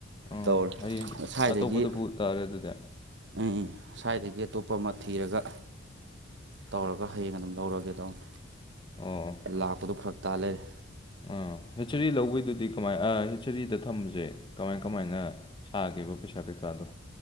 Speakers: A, on the left; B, on the right.
A: ꯑꯥ
B: ꯇꯧꯔꯦ
A: ꯍꯌꯦꯡꯗꯤ
B: ꯉꯁꯥꯏꯗꯒꯤ
A: ꯑꯇꯣꯞꯄꯗ ꯄꯨ ꯇꯥꯔꯦ ꯑꯗꯨꯗꯤ
B: ꯎꯝ ꯎꯝ ꯁ꯭ꯋꯥꯏꯗꯒꯤ ꯑꯇꯣꯞꯄ ꯑꯃ ꯊꯤꯔꯒ ꯇꯧꯔꯒ ꯍꯌꯦꯡ ꯑꯗꯨꯝ ꯂꯧꯔꯒꯦ ꯇꯧꯅꯦ
A: ꯑꯣ ꯑꯣ
B: ꯂꯥꯛꯄꯗꯨꯣ ꯐꯔꯛ ꯇꯥ ꯂꯩꯔꯦ
A: ꯑꯥ ꯍꯤꯁꯤꯆꯔꯤ ꯂꯧꯕꯤꯗꯨꯗꯤ ꯀꯃꯥꯏ ꯍꯤꯁꯆꯔꯤꯗ ꯊꯝꯕꯁꯦ ꯀꯃꯥꯏ ꯀꯃꯥꯏꯅ ꯊꯥꯈꯤꯕ ꯄꯩꯁꯥ ꯀꯩꯀꯥꯗꯣ